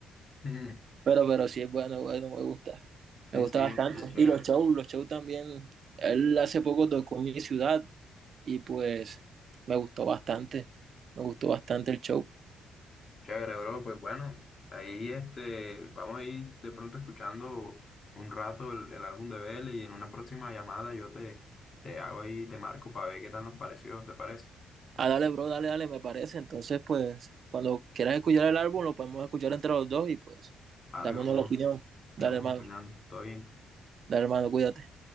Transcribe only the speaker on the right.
pero, pero sí es bueno, bueno, me gusta,
me gusta
bastante.
Y los shows, los shows también, él hace poco tocó en mi ciudad y pues me gustó bastante, me gustó bastante el show.
Ah, dale, bro, dale, dale, me parece. Entonces, pues, cuando quieras escuchar el álbum, lo podemos escuchar entre los dos y pues,
dámonos
la opinión. Dale,
hermano,
dale, hermano, cuídate.